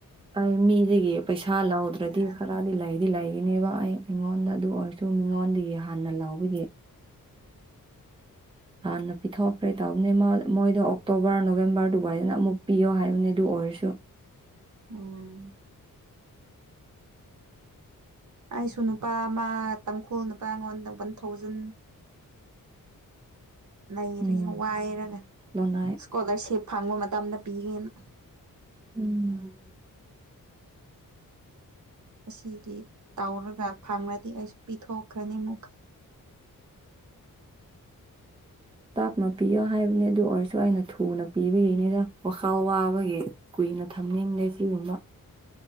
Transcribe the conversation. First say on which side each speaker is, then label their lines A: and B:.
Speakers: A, on the right (about 15°); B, on the right (about 55°).
A: ꯑꯩ ꯃꯤꯁꯤꯗꯒꯤ ꯄꯩꯁꯥ ꯂꯧꯥꯎꯗ꯭ꯔꯗꯤ
B: ꯌꯥꯗꯦ
A: ꯈꯔꯗꯤ ꯂꯩꯗꯤ ꯂꯥꯏ ꯅꯦꯕ ꯑꯩ ꯑꯩꯉꯣꯟꯗ ꯑꯗꯨ ꯑꯣꯏꯔꯁꯨ ꯃꯤꯉꯣꯟꯗꯒꯤ ꯍꯥꯟꯅ ꯂꯧꯕꯒꯤ ꯍꯥꯟꯅ ꯄꯤꯊꯣꯛꯈ꯭ꯔꯦ ꯇꯧꯕꯅꯦ ꯃꯣꯏꯗꯣ ꯑꯣꯛꯇꯣꯕꯔ ꯅꯣꯕꯦꯝꯕꯔ ꯗꯨꯕꯥꯏꯗꯅ ꯑꯃꯨꯛ ꯄꯤꯌꯣ ꯍꯥꯏꯕꯅꯤ ꯑꯗꯨ ꯑꯣꯏꯁꯨ
B: ꯑꯣ ꯑꯩꯁꯨ ꯅꯨꯄꯥ ꯃꯥ ꯇꯥꯡꯈꯨꯜ ꯅꯨꯄꯥ ꯑꯩꯉꯣꯟꯗ ꯋꯥꯟ ꯊꯥꯎꯖꯟ ꯂꯩꯔꯦ
A: ꯎꯝ
B: ꯋꯥꯏꯔꯒ
A: ꯂꯅꯥꯏ
B: ꯏꯁꯀꯣꯂꯔꯁꯤꯞ ꯐꯥꯡꯕ ꯃꯇꯝꯗ ꯄꯤꯒꯦꯅ
A: ꯎꯝ
B: ꯑꯁꯤꯒꯤ ꯇꯥꯎꯔꯒ ꯐꯪꯂꯪꯂꯗꯤ ꯑꯩꯁꯨ ꯄꯤꯊꯣꯛꯈ꯭ꯔꯅꯤꯃꯨꯛ
A: ꯇꯥꯞꯅ ꯄꯤꯌꯣ ꯍꯥꯏꯕꯅꯦ ꯑꯗꯨ ꯑꯣꯏꯔꯁꯨ ꯑ ꯅ ꯊꯨꯅ ꯄꯤꯕꯒꯤꯅꯤꯅ ꯋꯥꯈꯥꯎ ꯋꯥꯕꯒꯤ ꯀꯨꯏꯅ ꯊꯝꯅꯤꯡꯗꯦ ꯁꯤꯒꯨꯝꯕ